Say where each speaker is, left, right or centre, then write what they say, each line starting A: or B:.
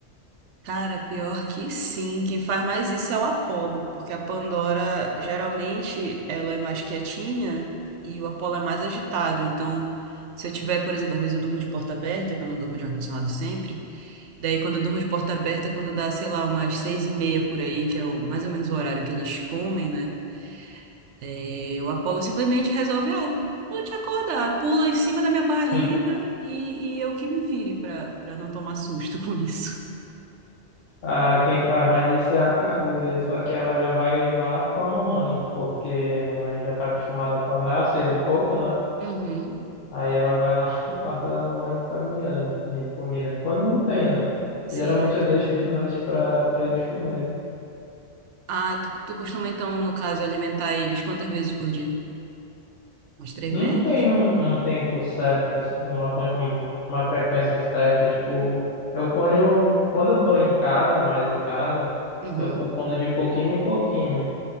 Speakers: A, on the right; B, on the left.
A: Cara, pior que sim. Quem faz mais isso é o Apolo, porque a Pandora geralmente ela é mais quietinha e o Apolo é mais agitado. Então, se eu tiver, por exemplo, às vezes eu durmo de porta aberta, que eu não durmo de ar-condicionado sempre. Daí, quando eu durmo de porta aberta, quando dá, sei lá, umas seis e meia por aí, que é o, mais ou menos o horário que eles comem, né? É, o Apolo simplesmente resolve, ah, vou te acordar, pula em cima da minha barriga
B: <laughs>
A: e, e eu que me vire pra, pra não tomar susto <laughs> com isso.
B: Ah, quem faz mais isso é a Kaguya, só que ela já vai lá com a mamãe, porque a mamãe já tá acostumada a andar, seis e pouco, né?
A: Uhum.
B: Aí ela vai lá <laughs> no quarto da mamãe e fica miando, pedindo comida. Quando não tem, né?
A: Sim,
B: Geralmente eu deixo de noite pra, pra eles comerem.
A: Ah, tu, tu costuma então, no caso, alimentar eles quantas vezes por dia? Umas três
B: Não
A: vezes?
B: tem um, um tempo certo, assim, uma, co- um- uma frequência certa. Tipo, eu ponho. Quando eu tô em casa, mais em casa,
A: Uhum.
B: eu fico pondo de pouquinho em pouquinho.